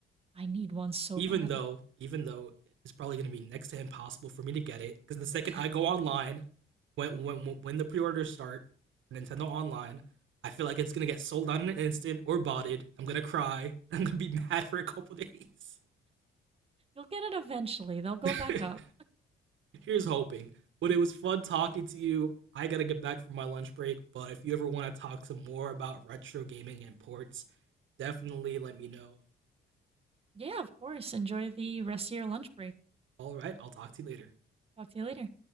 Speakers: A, on the right; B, on the right.
A: I need one so
B: even
A: bad.
B: though even though it's probably going to be next to impossible for me to get it because the second
A: <laughs>
B: I go online, when when when the pre-orders start, Nintendo Online, I feel like it's gonna get sold out in an instant or botted. I'm gonna cry. <laughs> I'm gonna be mad for a couple days.
A: You'll get it eventually. They'll go
B: <laughs>
A: back up.
B: Here's hoping. But it was fun talking to you. I gotta get back from my lunch break. But if you ever want to talk some more about retro gaming and ports, definitely let me know.
A: Yeah, of course. Enjoy the rest of your lunch break.
B: All right, I'll talk to you later.
A: Talk to you later.